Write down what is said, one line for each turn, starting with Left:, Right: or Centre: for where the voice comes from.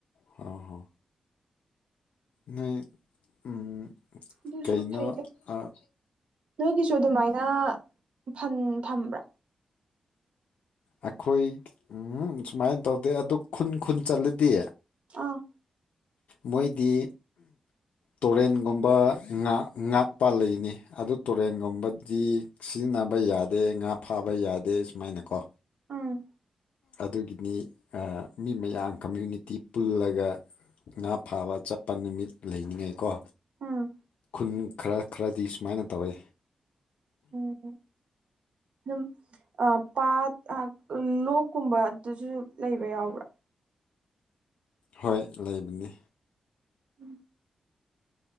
Left: ꯍꯥ ꯍꯥ ꯅꯣꯏ ꯎꯝ
Right: ꯑꯗꯨꯁꯨ
Left: ꯀꯩꯅꯣ
Right: ꯐꯩꯗ
Left: ꯑꯥ
Right: ꯅꯣꯏꯒꯤꯁꯨ ꯑꯗꯨꯃꯥꯏꯅ ꯐꯟ ꯊꯝꯕ꯭ꯔꯥ
Left: ꯑꯩꯈꯣꯏ ꯎꯝ ꯁꯨꯃꯥꯏꯟ ꯇꯧꯗꯦ ꯑꯗꯨ ꯈꯨꯟ ꯈꯨꯟ ꯆꯠꯂꯗꯤ
Right: ꯑꯥ
Left: ꯃꯣꯏꯗꯤ ꯇꯣꯔꯦꯟꯒꯨꯝꯕ ꯉꯥ ꯉꯥꯛꯄ ꯂꯩꯅꯦ ꯑꯗꯨ ꯇꯣꯔꯦꯟꯒꯨꯝꯕ ꯗꯤ ꯁꯤꯖꯤꯟꯅꯕ ꯌꯥꯗꯦ ꯉꯥ ꯐꯥꯕ ꯌꯥꯗꯦ ꯁꯨꯃꯥꯏꯅ ꯀꯣ
Right: ꯎꯝ
Left: ꯑꯗꯨꯒꯤꯅꯤ ꯑꯥ ꯃꯤ ꯃꯌꯥꯝ ꯀꯝꯃ꯭ꯌꯨꯅꯤꯇꯤ ꯄꯨꯜꯂꯒ ꯉꯥ ꯐꯥꯕ ꯆꯠꯄ ꯅꯨꯃꯤꯠ ꯂꯩꯅꯤꯡꯉꯥꯏꯀꯣ
Right: ꯎꯝ
Left: ꯎꯝ ꯈꯔ ꯈꯔꯗꯤ ꯁꯨꯃꯥꯏꯅ ꯇꯧꯋꯦ
Right: ꯎꯝ ꯂꯨꯝ ꯑꯥ ꯄꯥꯠ ꯑꯥ ꯂꯣꯛ ꯀꯨꯝꯕ ꯗꯨꯁꯨ ꯂꯩꯕ ꯌꯥꯎꯕ꯭ꯔꯥ
Left: ꯍꯣꯏ ꯂꯩꯕꯅꯦ
Right: ꯎꯝ